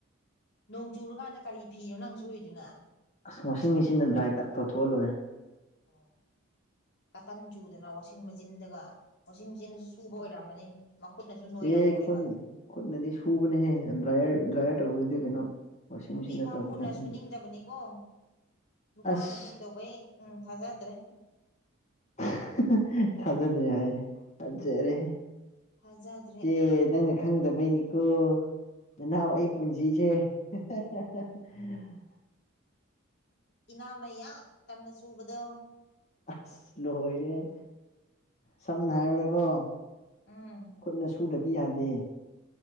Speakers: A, on the left (about 55°); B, on the left (about 35°).
A: ꯅꯣꯡ ꯆꯨꯔꯀꯥꯟꯗ ꯀꯔꯤ ꯐꯤꯔꯣ ꯅꯪ ꯁꯨꯏꯗꯨꯅ
B: ꯑꯁ ꯋꯥꯁꯤꯡ ꯃꯦꯆꯤꯟꯗ ꯗ꯭ꯔꯥꯏ ꯇꯛ ꯇꯧꯊꯣꯛꯍꯜꯂꯨꯔꯦ
A: ꯑꯣ ꯀꯇꯟ ꯆꯨꯗꯅ ꯋꯥꯁꯤꯡ ꯃꯦꯆꯤꯟꯗꯒ ꯃꯁꯤꯡꯆꯦꯅꯁꯨ ꯁꯨꯕ ꯑꯣꯏꯔꯝꯃꯅꯤ ꯃꯈꯨꯠꯅꯁꯨ ꯅꯣꯏꯔꯝꯃꯣꯏꯕ
B: ꯑꯦ ꯈꯨꯠꯅ ꯈꯨꯠꯅꯗꯤ ꯁꯨꯕꯅꯦꯍꯦ ꯗ꯭ꯔꯥꯏꯌꯔ ꯗ꯭ꯔꯥꯏꯌꯔ ꯇꯧꯕꯗꯨꯗꯤ ꯀꯩꯅꯣ ꯋꯥꯁꯤꯡ
A: ꯅꯨꯄꯤ
B: ꯃꯦꯆꯤꯟꯗ
A: ꯐꯥꯎ
B: ꯇꯧꯒꯦꯅ
A: ꯈꯨꯠꯅꯁꯨꯨ
B: ꯈꯟꯕ
A: ꯅꯤꯡꯗꯕꯅꯤꯀꯣ ꯅꯨꯄꯥꯅꯗꯤ
B: ꯑꯁ
A: ꯀꯩꯗꯧꯕꯩ ꯎꯝ ꯊꯥꯖꯗ꯭ꯔꯦ
B: <unintelligible> ꯊꯥꯖꯗ꯭ꯔꯦ ꯍꯥꯏꯔꯦ ꯐꯖꯔꯦ
A: ꯐꯖꯠ
B: ꯇꯦ ꯅꯪꯅ ꯈꯪꯗꯕꯩꯅꯤꯀꯣ ꯏꯅꯥꯎ ꯑꯩ ꯄꯨꯟꯁꯤꯁꯦ <unintelligible>
A: ꯏꯅꯥꯎꯅ ꯌꯥꯝ ꯇꯟꯅ ꯆꯨꯕꯗꯣ
B: ꯑꯁ ꯂꯣꯏꯔꯦꯍꯦ ꯁꯝꯅ ꯍꯥꯏꯕꯗꯀꯣ
A: ꯎꯝ
B: ꯈꯨꯠꯅ ꯁꯨꯗꯔꯗꯤ ꯌꯥꯗꯦ